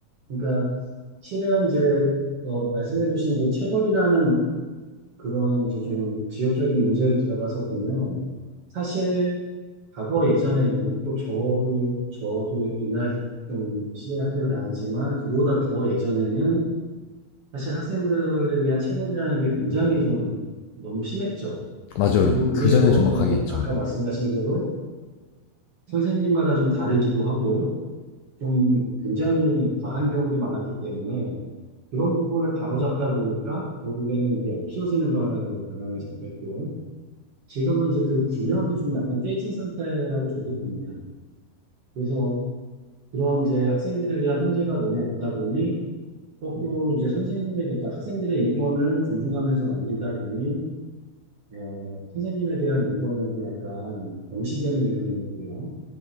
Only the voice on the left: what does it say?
맞아요.
그 전에
정말
강했죠.